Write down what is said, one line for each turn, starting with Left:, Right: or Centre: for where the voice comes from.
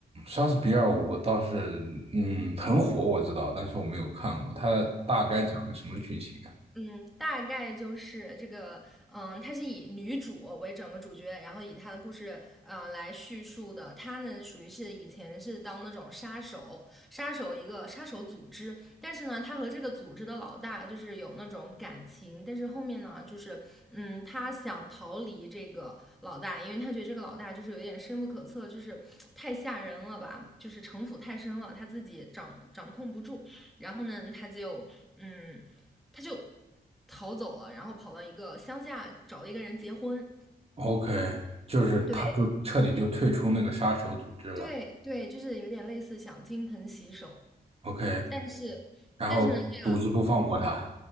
Right: 莎士比亚我倒是嗯很火，我知道，但是我没有看过。它大概讲个什么剧情啊
Centre: 对。嗯，大概就是这个，嗯，它是以女主为整个主角，然后以她的故事，呃，来叙述的。她呢，属于是以前是当那种杀手，杀手一个杀手组织，但是呢，她和这个组织的老大就是有那种感情，但是后面呢，就是，嗯，她想逃离这个老大，因为她觉得这个老大就是有点深不可测，就是太吓人了吧，就是城府太深了，她自己掌掌控不住。然后呢，她就，嗯。他就逃走了，然后跑到一个乡下找了一个人结婚。
Right: ？OK，就是他就彻底就退出那个杀手组织了。
Centre: 对对对，就是有点类似想金盆洗手，
Right: OK。
Centre: 但是但是呢，
Right: 然后独自不放过他。
Centre: 这个